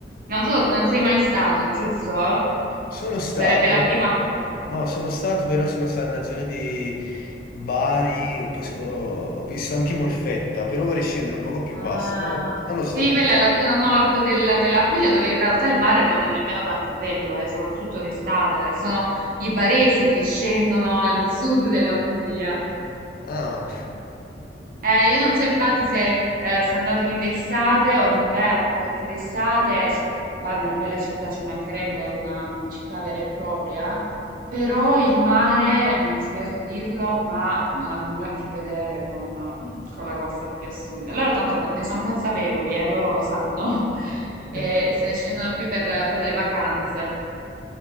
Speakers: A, on the right; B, on the left.
A: Non so, non sei mai stato, giusto?
B: Sono stato,
A: Sarebbe la prima volta.
B: no, sono stato, però sono stato nella zona di Bari, poi so- ho, ho visto anche Molfetta, però vorrei scendere un poco più
A: Ah,
B: basso, però non lo so.
A: sì, quella è la zona nord del- della Puglia dove in realtà il mare non è nemmeno tanto bello, eh, soprattutto d'estate. Sono i baresi che scendono al sud della Puglia.
B: Ah.
A: Eh, io non so infatti se eh, sei andato lì d'estate o d'inverno, perché d'estate, sì, Bari è una bella città, ci mancherebbe, è una mm, città vera e propria, però il mare, mi dispiace dirlo, ma non ha nulla a che vedere con, mm, con la costa più a sud. E Loro tanto no- ne sono consapevoli, eh, loro lo sanno, <laughs>
B: <laughs>
A: e, e se ne scendono qui per, per le vacanze.